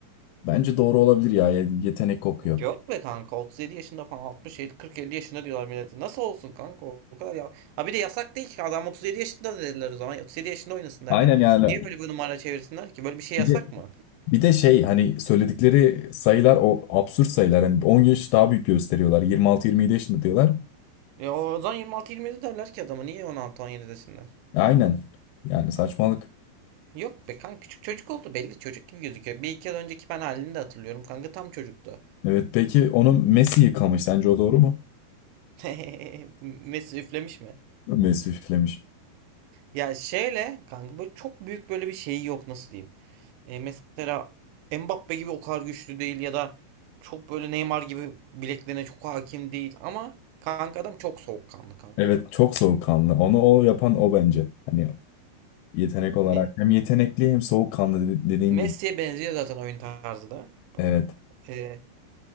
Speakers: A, on the left; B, on the right.
A: Bence doğru olabilir ya. Yetenek kokuyor.
B: Yok be kanka 37 yaşında falan 60 50 40 50 yaşında diyorlar millete. Nasıl olsun kanka o kadar ya. Ha bir de yasak değil ki adam 37 yaşında da dediler o zaman. 37 yaşında oynasın derler.
A: Aynen yani.
B: Niye böyle bir numara çevirsinler ki? Böyle bir şey
A: Bir
B: yasak
A: de,
B: mı?
A: bir de şey hani söyledikleri sayılar o absürt sayılar. Hani 10 yaş daha büyük gösteriyorlar. 26-27 yaşında diyorlar.
B: Ya o zaman 26 27 derler ki adama niye on altı on yedi desinler?
A: Aynen. Yani saçmalık.
B: Yok be kanka küçük çocuk oldu belli çocuk gibi gözüküyor. Bir iki yıl önceki ben halini de hatırlıyorum kanka tam çocuktu.
A: Evet peki onu Messi yıkamış. Sence o doğru mu?
B: <laughs> Messi üflemiş mi?
A: Messi üflemiş.
B: Ya şeyle kanka böyle çok büyük böyle bir şeyi yok nasıl diyeyim. E, mesela Mbappe gibi o kadar güçlü değil ya da çok böyle Neymar gibi bileklerine çok hakim değil ama kanka adam çok soğukkanlı kanka.
A: Evet çok soğukkanlı. Onu o yapan o bence. Hani Yetenek olarak
B: Hani
A: hem yetenekli hem soğukkanlı dedi- dediğin
B: Messi'ye
A: gibi.
B: benziyor zaten oyun tarzı da.
A: Evet.
B: E,